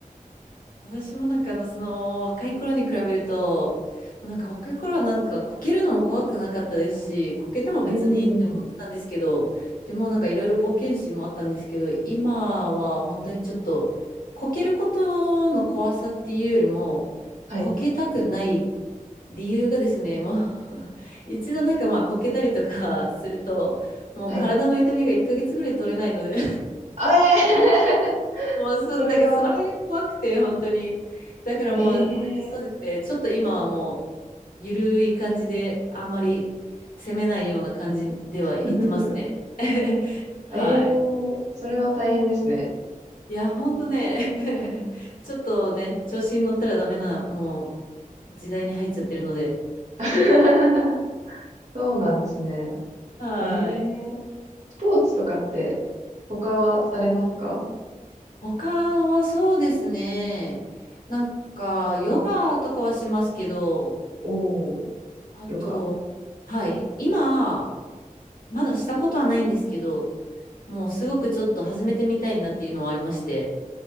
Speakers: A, on the left; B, on the right.
A: 私もなんかあの、その若い頃に比べると、なんか若い頃はなんかこけるのも怖くなかったですし、こけても別にって思ってたんですけど、
B: うーん。
A: でもなんかいろいろ冒険心もあったんですけど、今は本当にちょっと、こけることの怖さっていうよりも、
B: はい。
A: こけたくない理由がですね、もう <laughs> 一度なんかまあこけたりとかすると、もう体の痛みが1ヶ月ぐらい取れないので
B: はい。あえー
A: もうそう、
B: <laughs> それは、
A: だからそれが怖くて、本当に。だからもう、
B: え
A: まあそうですね、
B: ー、
A: ちょっと今はもう、ゆるい感じで、あんまり攻めないような感じでは言ってますね。
B: <laughs>
A: <laughs> はい。
B: えー、それは大変ですね。
A: いや、本当ね、<laughs> ちょっとね、調子に乗ったらダメな、もう、時代に入っちゃってるので。
B: <laughs> そうなんですね。
A: はい。
B: えー。スポーツとかって他はされますか
A: 他はそうですね、なんか、ヨガとかはしますけど、
B: おー、
A: あと、
B: ヨガ。
A: はい。今、まだしたことはないんですけど、もうすごくちょっと始めてみたいなっていうのはありまして、